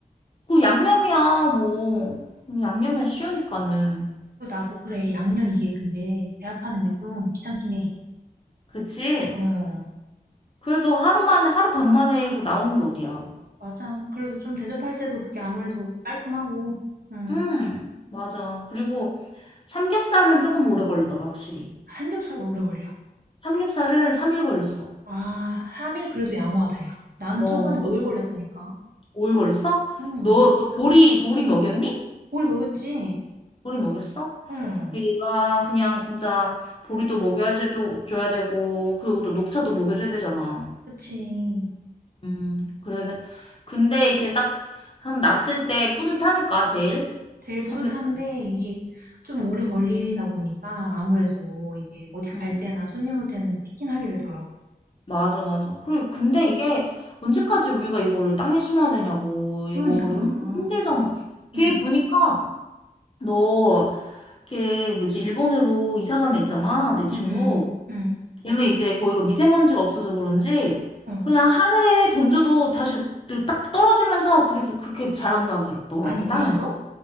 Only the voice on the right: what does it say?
그 나도 그래, 양념 이게 근데 배합하는 게 좀 귀찮긴 해.
어,
맞아. 그래도 좀 대접할 때도 그게 아무래도 깔끔하고, 응.
삼겹살 오래 걸려.
아, 3일 그래도 양호하다, 야. 나는
저번에 5일 걸렸다니까.
응.
오리 먹였지?
응.
그치.
제일 뿌듯한데
이게 좀 오래 걸리다 보니까 아무래도 이게 어디
갈 때나 손님 올 때는 티긴 하게 되더라고.
그러니까.
응,
응, 응, 응,
응.
아니, 벌써?